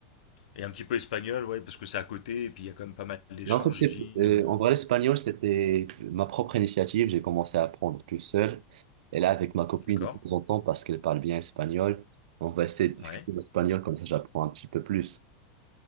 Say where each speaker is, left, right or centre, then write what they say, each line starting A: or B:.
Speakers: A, on the left (about 80°); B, on the right (about 75°).
A: Et un petit peu espagnol, ouais, parce que c'est à côté, et puis il y a quand même pas mal d'échanges,
B: Non, En fait, c'est,
A: j'imagine.
B: euh,
A: euh,
B: en vrai, l'espagnol, c'était ma propre initiative. J'ai commencé à apprendre tout seul. Et là, avec ma copine,
A: D'accord?
B: de temps en temps, parce qu'elle parle bien espagnol, on va essayer de discuter
A: Ouais.
B: l'espagnol, comme ça, j'apprends un petit peu plus.